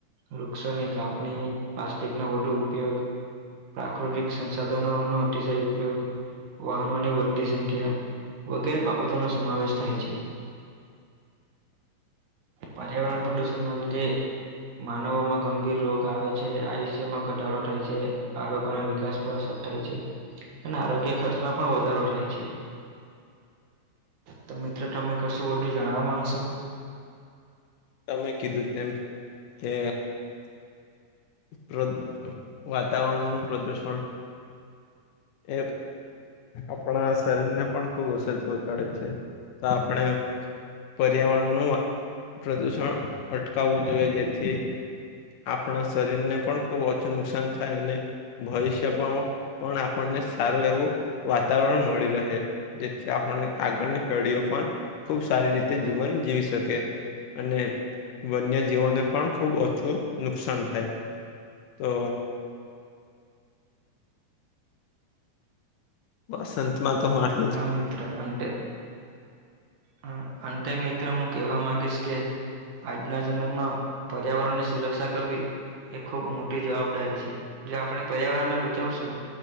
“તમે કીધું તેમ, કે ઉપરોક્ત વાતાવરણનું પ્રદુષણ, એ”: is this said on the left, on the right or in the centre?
Left